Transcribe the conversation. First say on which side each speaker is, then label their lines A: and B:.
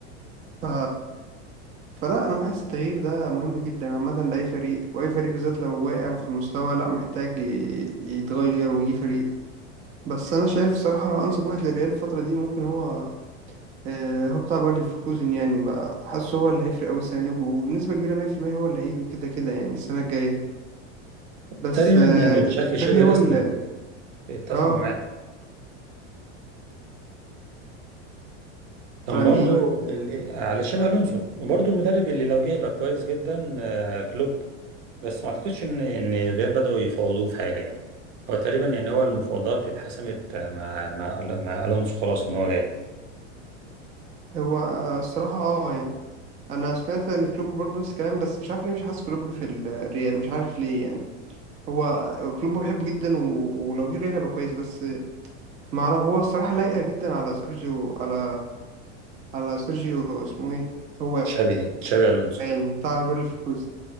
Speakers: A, on the right; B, on the right.
A: ف... فلا انا بحس التغيير ده مهم جدا عامة لأي فريق واي فريق بالذات لو واقع في المستوى لا محتاج ي- يتغير ويجي فريق بس انا شايف صراحة انسب واحد للريال الفترة دي ممكن هو آه، هو بتاع باير ليفركوزن يعني بقى حاسه هو اللي هيفرق قوي السنه دي وبنسبه كبيره 100% هو اللي هيجي كده كده يعني السنه الجايه بس
B: تقريبا
A: آه،
B: يعني بشكل
A: مبابي
B: شبه
A: هو
B: رسمي
A: اللي
B: اتفقوا
A: اه
B: معاه كان
A: على
B: برضه
A: مين
B: ال- على شبه الونسو وبرضه المدرب اللي لو جه يبقى كويس جدا آه، كلوب بس ما اعتقدش ان ان الريال بدأوا يفاوضوه في حاجة يعني هو تقريبا يعني هو المفاوضات اتحسمت مع مع مع الونسو خلاص ان هو جاي
A: هو آه، الصراحه اه يعني انا سمعت ان كلوب برضه نفس الكلام بس مش عارف ليه مش حاسس كلوب في الريال مش عارف ليه يعني هو آه، كلوب بحبه جدا و... ولو جه الريال هيبقى كويس بس ما اعرف هو الصراحه لايقه جدا على سيرجيو على على سيرجيو اسمه ايه هو
B: شابي شابي الونسو
A: يعني بتاع باير ليفركوزن